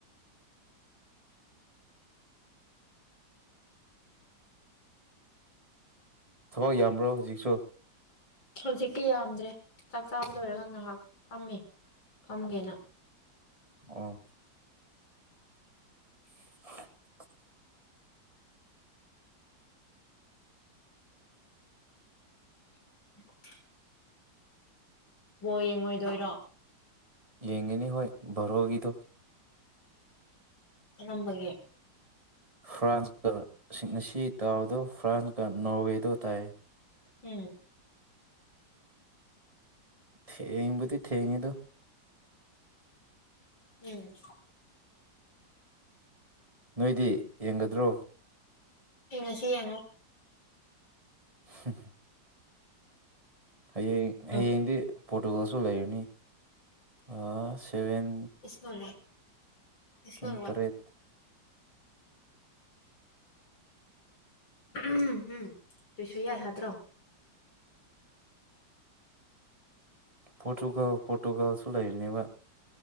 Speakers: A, on the right (about 20°); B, on the left (about 80°).
A: ꯊꯕꯛ ꯌꯥꯝꯕ꯭ꯔꯣ ꯍꯧꯖꯤꯛꯁꯨ
B: ꯍꯧꯖꯤꯛꯇꯤ ꯌꯥꯝꯗ꯭ꯔꯦ ꯆꯥꯛ ꯆꯥꯕ ꯂꯣꯏꯔꯒ ꯉꯥꯏꯍꯥꯛ ꯐꯝꯃꯤ ꯀꯝꯒꯤꯅ
A: ꯑꯣ <unintelligible>
B: <unintelligible> ꯍ ꯌꯦꯡꯉꯣꯏꯗꯣꯏꯔꯣ
A: ꯌꯦꯡꯒꯅꯤ ꯍꯣꯏ ꯕꯣꯔꯣꯒꯤꯗꯣ
B: ꯅꯝꯕꯒꯦ
A: ꯐ꯭ꯔꯥꯟꯁꯀꯁꯤꯡ ꯑꯁꯤ ꯇꯥꯎꯗꯣ ꯐ꯭ꯔꯥꯟꯁꯀ ꯅꯣꯔꯋꯦꯗꯣ ꯇꯥꯏ
B: ꯎꯝ
A: ꯊꯦꯡꯕꯨꯗꯤ ꯊꯦꯡꯉꯦꯗꯨ
B: ꯎꯝ
A: ꯅꯣꯏꯗꯤ ꯌꯦꯡꯒꯗ꯭ꯔꯣ
B: ꯌꯦꯉ ꯁꯤꯉ
A: ꯍ ꯍꯌꯦꯡ ꯍꯌꯦꯡꯗꯤ
B: ꯎꯝ
A: ꯄꯣꯔꯇꯨꯒꯜꯁꯨ ꯂꯩꯔꯅꯤ ꯑ ꯁꯚꯦꯟ
B: ꯏꯁ ꯅꯣꯠ ꯏꯁ
A: ꯄꯨꯡ ꯇꯔꯦꯠ
B: ꯎꯝ ꯎꯝ ꯇꯣꯏꯁꯨꯌꯥ ꯁꯥꯗ꯭ꯔꯣ
A: ꯄꯣꯔꯇꯨꯒꯜ ꯄꯣꯔꯇꯨꯒꯜ ꯁꯂꯥꯏꯅꯦꯕ